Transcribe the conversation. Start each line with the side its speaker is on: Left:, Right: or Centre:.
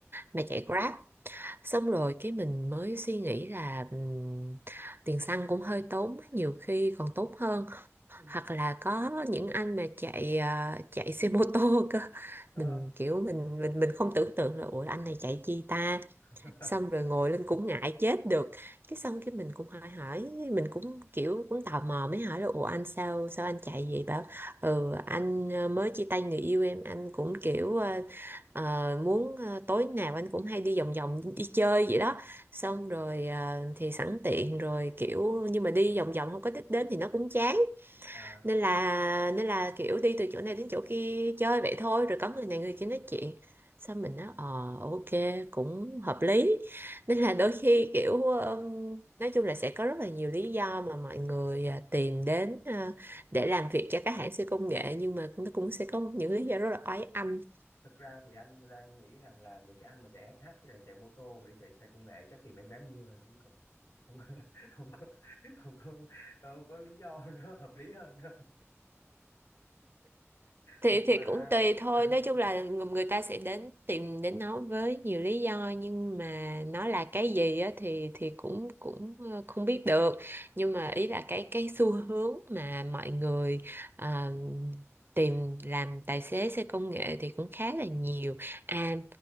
Right: mà chạy Grab xong rồi cái mình mới suy nghĩ là ừm, tiền xăng cũng hơi tốn nhiều khi còn tốn hơn
Left: Ừ.
Right: hoặc là có những anh mà chạy à, chạy xe mô tô <laughs> cơ
Left: Ờ.
Right: mình kiểu mình mình mình không tưởng tượng là ủa anh này chạy chi ta
Left: <laughs>
Right: xong rồi ngồi lên cũng ngại chết được cái xong cái mình cũng hỏi hỏi mình cũng kiểu cũng tò mò mới hỏi là ủa anh sao sao anh chạy vậy bảo ừ anh ờ, mới chia tay người yêu em anh cũng kiểu ờ, ờ, muốn ờ, tối nào anh cũng hay đi vòng vòng đi chơi vậy đó xong rồi ờ, thì sẵn tiện rồi kiểu nhưng mà đi vòng vòng không có đích đến thì nó cũng chán
Left: À,
Right: nên là nên là kiểu đi từ chỗ này đến chỗ kia chơi vậy thôi rồi có người này người kia nói chuyện xong mình nói ờ ok cũng hợp lý nên là đôi khi kiểu um, nói chung là sẽ có rất là nhiều lý do mà mọi người à, tìm đến à, để làm việc cho các hãng siêu công nghệ nhưng mà nó cũng sẽ có những lý do rất là oái âm
Left: thực ra thì anh đang nghĩ rằng là những cái anh mà chạy SH với lại chạy mô tô mà đi chạy xe công nghệ chắc tìm em gái mưa rồi chứ còn không có <laughs> không có không có, không có lý do <laughs> nó hợp lý hơn đâu
Right: thì
Left: thiệt mà
Right: thì cũng tùy thôi
Left: <laughs>
Right: nói chung là người người ta sẽ đến tìm đến nó với nhiều lý do nhưng mà nó là cái gì á thì thì cũng cũng ờ, không biết được nhưng mà ý là cái cái xu hướng mà mọi người ờ, tìm làm tài xế xe công nghệ thì cũng khá là nhiều à